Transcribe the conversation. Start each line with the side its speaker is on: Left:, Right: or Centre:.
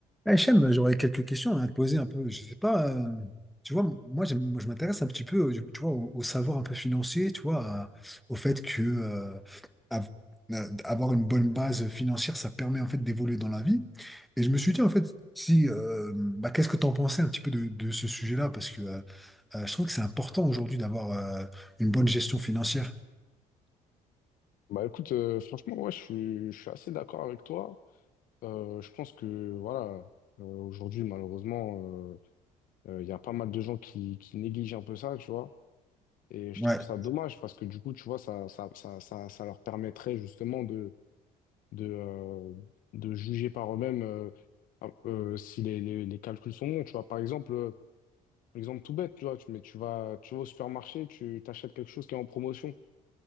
Centre: Ah, Hichem, j'aurais quelques questions à te poser un peu. Je sais pas, euh, tu vois, moi, j'aime- moi, je m'intéresse un petit peu, euh, tu vois, au, au savoir un peu financier, tu vois, à- au fait que euh, av- euh, avoir une bonne base financière, ça permet en fait d'évoluer dans la vie. Et je me suis dit en fait, si, euh, bah, qu'est-ce que tu en pensais un petit peu de, de ce sujet-là? Parce que euh, euh, je trouve que c'est important aujourd'hui d'avoir euh, une bonne gestion financière.
Left: Bah écoute, euh, franchement, ouais, je suis, je suis assez d'accord avec toi. Euh, je pense que voilà, euh, aujourd'hui, malheureusement, euh, euh, il y a pas mal de gens qui, qui négligent un peu ça, tu vois. Et je
Centre: Ouais,
Left: trouve ça dommage parce que du coup, tu vois, ça, ça, ça, ça, ça leur permettrait justement de, de, euh, de juger par eux-mêmes euh, ah, euh, si les, les, les calculs sont bons. Tu vois, par exemple, euh, exemple tout bête, tu vois, tu, mais tu vas, tu vas au supermarché, tu t'achètes quelque chose qui est en promotion.